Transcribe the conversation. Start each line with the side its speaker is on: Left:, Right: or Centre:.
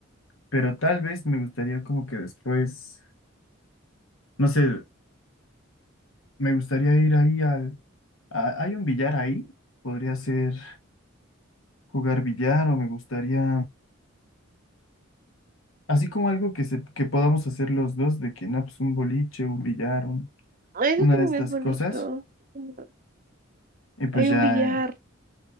Left: pero tal vez me gustaría como que después, no sé, me gustaría ir ahí al, a- hay un billar ahí, podría ser... jugar billar o me gustaría, así como algo que, se, que podamos hacer los dos, de que no, pues un boliche, un billar, un-
Right: Ay, Eso
Left: una
Right: también
Left: de estas
Right: es bonito.
Left: cosas,
Right: Ujú.
Left: y pues
Right: Hay
Left: ya,
Right: un billar.
Left: eh,